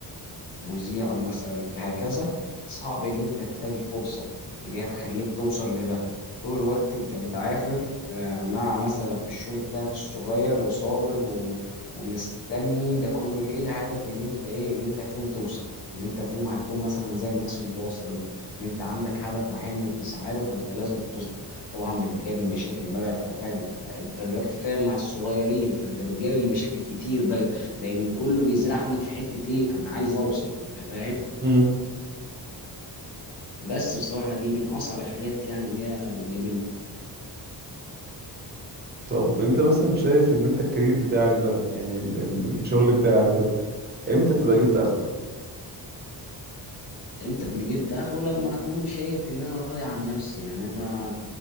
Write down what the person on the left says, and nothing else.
مذيع مثلا كهكذا صعب ان انت تلاقي الفرصه اللي هي تخليك توصل لده طول الوقت انت بتعافر آه، مع مثلا في الشغل بتاعك الصغير وصابر و... ومستني ده كله ليه لهدف ان انت ايه ان انت في يوم توصل ان انت في يوم هتكون مثلا زي الناس اللي واصله دي ان انت عندك هدف وحلم بتسعى له فانت لازم تصبر طبعا بتقابل مشاكل بقى انت فاهم انت انت دلوقتي فاهم مع الصغيرين فانت بتقابل مشاكل كتير بقى لان كله بيزحمك في حته ايه انا عايز اوصل انت فاهم
بس بصراحه دي من اصعب الحاجات يعني اللي هي بتقابلني
امتى بجيب اخره لما اكون شايف ان انا راضي عن نفسي يعني انا